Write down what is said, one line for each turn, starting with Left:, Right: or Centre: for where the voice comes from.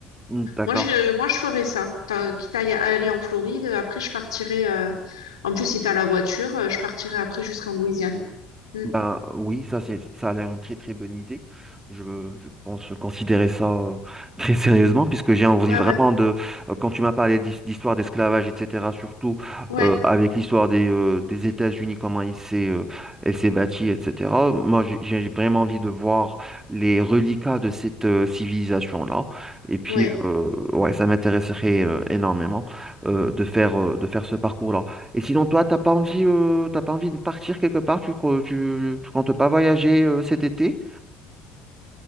Right: hmm, d'accord.
Left: Moi, je, euh, moi, je ferais ça. T'as- Quitte à y- à aller en Floride, après je partirai. euh, En plus, si t'as la voiture, euh, je partirai après jusqu'en Louisiane. Mm.
Right: Ben oui, ça c'est ça a l'air une très très bonne idée. Je, je pense considérer ça euh, <laughs> très sérieusement puisque j'ai envie
Left: Ouais,
Right: vraiment
Left: ouais,
Right: de euh, quand tu m'as parlé d'his- d'histoire d'esclavage etc. surtout
Left: ouais,
Right: euh, avec l'histoire des euh, des États-Unis comment il s'est euh, elle s'est bâtie etc. Moi j'ai j'ai vraiment envie de voir les reliquats de cette euh, civilisation-là et puis
Left: ouais.
Right: euh, ouais ça m'intéresserait euh, énormément euh, de faire euh, de faire ce parcours-là. Et sinon, toi, t'as pas envie, euh, t'as pas envie de partir quelque part? Tu, co- tu, tu comptes pas voyager euh, cet été?